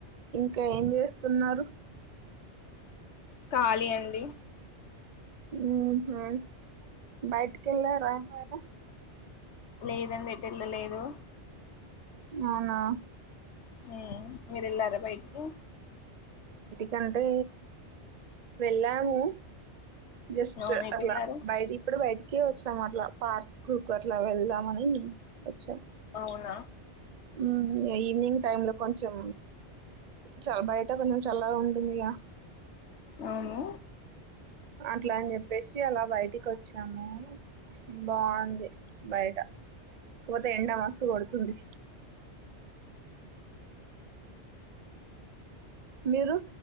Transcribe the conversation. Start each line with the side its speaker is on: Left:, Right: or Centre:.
Right: కె ఏం చేస్తున్నారు
Left: ఖాళీ అండి
Right: ఊ హా బైట్ కెళ్ళారా ఇవాళ
Left: లేదండి ఎటెళ్ళలేదు
Right: అవునా
Left: ఏ మీరెళ్ళారా బైటికి
Right: కంటే వెళ్ళాము జస్ట్
Left: అవును ఎటు
Right: అట్లా
Left: వెళ్ళారు
Right: బైడి ఇప్పుడు బైటి కి వచ్చాం అట్లా పార్క్ కు అట్లా వెళ్దాం అని వచ్చాం
Left: ఔనా
Right: ఊ ఏ ఈవినింగ్ టైం లో కొంచెం చ బయట కొంచెం చల్లగా ఉంటుంది గా
Left: అవును
Right: అట్లా అని చెప్పేసి అలా బయటికి వచ్చాము బావుంది బయట పోతే ఎండ మస్తు కొడుతుంది మీరు